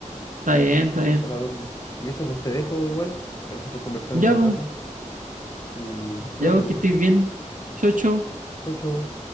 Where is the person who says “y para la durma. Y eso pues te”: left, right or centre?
Left